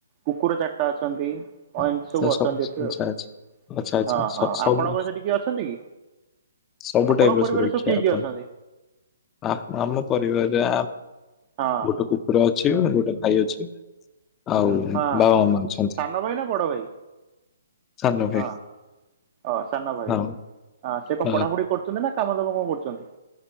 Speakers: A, on the right; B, on the left.
A: କୁକୁର ଚାରିଟା ଅଛନ୍ତି ଅ ଏମତି
B: ଆଚ୍ଛା,
A: ସବୁ ଅଛନ୍ତି ଏଠି।
B: ଆଚ୍ଛା,
A: ସବୁ
B: ଆଚ୍ଛା। ଆଚ୍ଛା, ଆଚ୍ଛା,
A: ହଁ
B: ସ-
A: ହଁ
B: ସବୁ
A: ଆପଣଙ୍କର ସେଠି କିଏ ଅଛନ୍ତି କି?
B: ସବୁ
A: ଆପଣଙ୍କ
B: ଟାଇପ ର
A: ପରିବାରରେ
B: ସୁରକ୍ଷା
A: ସବୁ କିଏ
B: ଆପଣ
A: କିଏ ଅଛନ୍ତି?
B: ଆ-ଆମ ପରିବାରରେ
A: ହଁ
B: ଗୋଟେ କୁକୁର ଅଛି ଗୋଟେ ଭାଇ ଅଛି। ଆଉ
A: ହଁ।
B: ବାବା ମାମା ଅଛନ୍ତି।
A: ସାନ ଭାଇ ନା ବଡ ଭାଇ
B: ସାନ ଭାଇ
A: ହଁ ଅ ସାନ ଭାଇ
B: ହଁ,
A: ଆଁ ସେ କଣ
B: ହଁ,
A: ପଢାପଢ଼ି କରୁଚନ୍ତି ନା କାମ ଦେବ ଙ୍କ କରୁଚନ୍ତି?